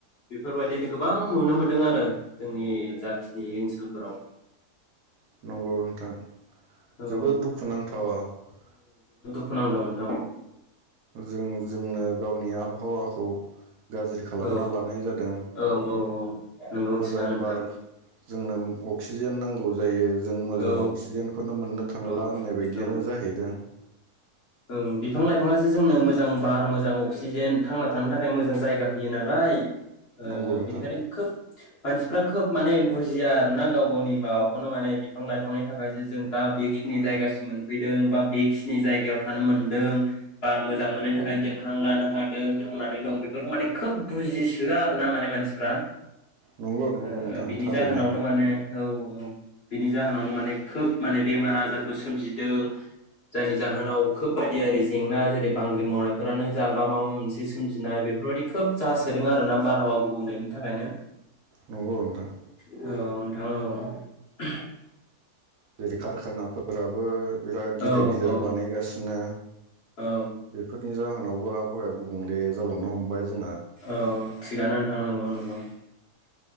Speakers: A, on the left; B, on the right.
A: बेफोरबायदिनो गोबां नुनो मोन्दों आरो जोंनि जाथिनि ओनसोलफोराव
B: नंगौ नोंथां
A: औ
B: जोबोद दुखु नांथावा औ।
A: खुनांथाव नोंथां।
B: जों जोंनो गावनि आबहावाखौ गाज्रि खालामना
A: औ
B: लानाय जादों
A: औ औ नोंगौ
B: मोजां
A: थिगानो नोंथां
B: बारक जोंनो अक्सिजेन नांगौ जायो जों मोजां
A: औ
B: अक्सिजेनखौनो मोननो थांला
A: औ
B: होननाय बायदियानो
A: औ
B: जाहैदों
A: औ बिफां लाइफाङासो जोंनो मोजां बार मोजां अक्सिजेन थांना थानो थाखाय मोजां जायगा होयो नालाय ओ
B: नंगौ नोंथां
A: बेनिखायनो खोब मानसिफ्रा खोब माने बुजिया आरो ना गाव गावनि माबाखौनो माने बि फां लाइफांनि थाखायसो जों दा बेखिनि जायगासिम मोनफैदों बा बेखिनि जायगायाव थानो मोनदों बार मोजां मोननायनि थाखायनो जों हां लानो हादों थांनानै दं बेफोरखौ माने खोब बुजिसोआ आरो ना माने मानसिफ्रा
B: नंगौ नंगौ
A: ओ
B: नोंथां
A: बिनि
B: थारैनो
A: जाहोनावनो माने औ औ। बेनि जाहोनावनो माने खोब माने बेमार आजारबो सोमजिदों जायनि जाहोनाव खोब बायदि आरि जेंना जेरै बांग्रि मावनायफोरानो जा बा माबा मोनसे सोमजिनाय बेफोरबायाददि खोब जासोदों आरोना बारहावा गुबुंलेनि थाखायनो
B: नंगौ नोंथां
A: औ नोंथां औ। <unintelligible>
B: जेरै कारखानाफोराबो बिराद गिदिर
A: औ
B: गिदिर
A: औ
B: बानायगासिनो
A: औ
B: बेफोरनि जाहोनाव आबहावाफोरा गुबुंले जालांनो हमबाय जोंना
A: औ। थिगानो नोथां नंगौ नंगौ।